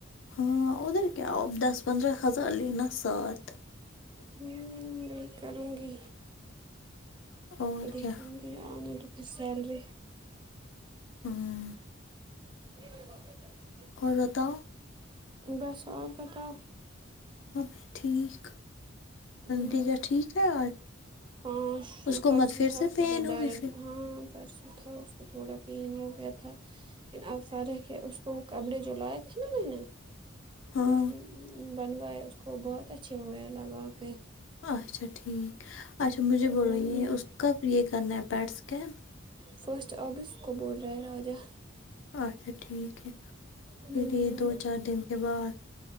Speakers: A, on the left; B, on the right.
A: ہاں ادھر کیا اور دس پندرہ ہزار لینا ساتھ
B: ہوں وہی کروں گی
A: اور
B: دیکھوں
A: کیا
B: گی آنے تو پهر سیلری
A: ہوں
B: جے باپاری <inaudible>
A: اور بتاؤ
B: بس آپ بتاؤ
A: اب ٹھیک
B: ہ
A: ٹیچر ٹھیک ہے آج
B: ہاں
A: اس کو
B: پرسوں
A: مت پھر
B: تھا
A: سے
B: تھوڑا
A: پین ہوئی
B: درد
A: پھر
B: ہاں پرسوں تھا اس کو تھوڑا پین ہو گیا تھا لیکن اب فرق ہے اس کو وہ کپڑے جو لائے تھے نا میں نے
A: ہاں
B: ہوں بنوائے اس کو بہت اچھے ہوئے لگا کے
A: اچھا ٹھیک اچھا مجھے
B: ہ
A: بولو یہ اس کب یہ کرنا ہے پیٹ اسکین
B: فرسٹ اگست کو بول رہا ہے راجہ
A: اچھا ٹھیک ہے
B: ہم،
A: پھر یہ دو چار دن کے بعد